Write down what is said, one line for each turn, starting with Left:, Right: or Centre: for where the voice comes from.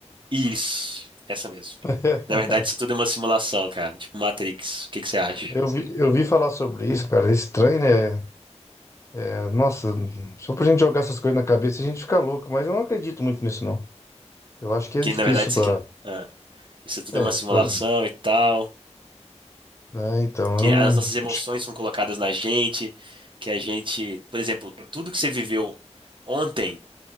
Right: Isso, essa mesmo.
Left: <laughs>
Right: Na verdade, isso tudo é uma simulação, cara. Tipo Matrix. O que que você acha?
Left: Eu vi, eu vi falar sobre isso, cara. É estranho, né? É, nossa, só pra gente jogar essas coisas na cabeça a gente fica louco, mas eu não acredito muito nisso, não. Eu acho que é
Right: Que,
Left: difícil
Right: na verdade,
Left: pra.
Right: isso aqui. ah, isso tudo
Left: É,
Right: é uma simulação
Left: pra.
Right: e tal.
Left: É, então,
Right: Que
Left: eu não.
Right: as nossas emoções
Left: acho-
Right: são colocadas na gente. Que a gente. Por exemplo, tudo que você viveu ontem.